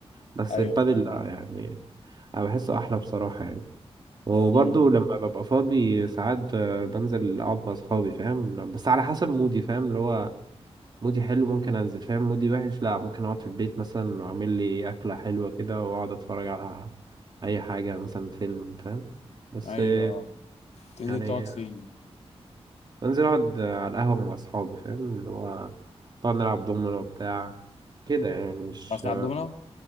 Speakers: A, on the right; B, on the left.
A: بس
B: أيوه
A: البادل
B: فاهم
A: لأ يعني أنا بحسه أحلى بصراحة يعني وبرضه
B: أمم،
A: لما ببقى فاضي ساعات آه، بنزل أقعد مع أصحابي فاهم بس على حسب مودي فاهم اللي هو مودي حلو ممكن انزل فاهم مودي وحش لا ممكن اقعد في البيت مثلا واعمل لي اكله حلوه كده واقعد اتفرج على اي حاجه مثلا فيلم فاهم بس
B: أيوه
A: آه،
B: أه. تنزل
A: يعني
B: تقعد فين؟
A: انزل اقعد على القهوه مع اصحابي فاهم اللي هو نقعد نلعب دومينو بتاع كده يعني مش
B: عايز تلعب دومنا؟